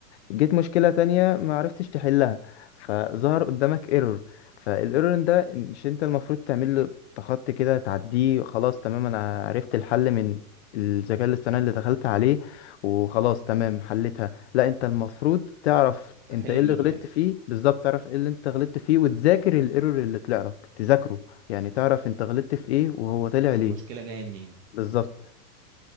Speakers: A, on the left (about 45°); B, on the right (about 75°).
A: جيت مشكلة تانية ما عرفتش تحلها فظهر قدامك ايرور فالايرور ده مش انت المفروض تعمل له تخطي كده تعديه خلاص تمام انا عرفت الحل من الذكاء الاصطناعي اللي دخلت عليه وخلاص تمام حلتها لا انت المفروض تعرف
B: احل
A: انت ايه
B: بايدي
A: اللي غلطت
B: يعني
A: فيه بالظبط تعرف ايه اللي انت غلطت فيه وتذاكر الايرور اللي طلع لك تذاكره يعني تعرف انت غلطت في ايه وهو طلع
B: والمشكله
A: ليه
B: جايه منين
A: بالظبط